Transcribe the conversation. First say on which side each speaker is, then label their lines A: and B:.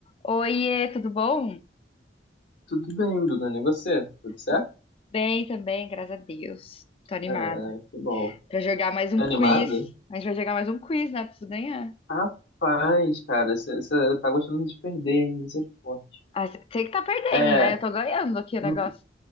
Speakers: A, on the left; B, on the left.
A: Oiê, tudo bom?
B: Tudo bem, Bruno, e você? Tudo certo?
A: Tudo bem também, graças a Deus. Tô animada
B: Ah, que bom.
A: pra jogar mais um
B: Tá
A: quiz.
B: animada?
A: A gente vai jogar mais um quiz, né? Preciso ganhar.
B: Rapaz, cara, você tá gostando de perder, hein? Misericórdia.
A: Ah, sei que tá perdendo,
B: É,
A: né? Eu tô ganhando aqui o
B: me,
A: negócio.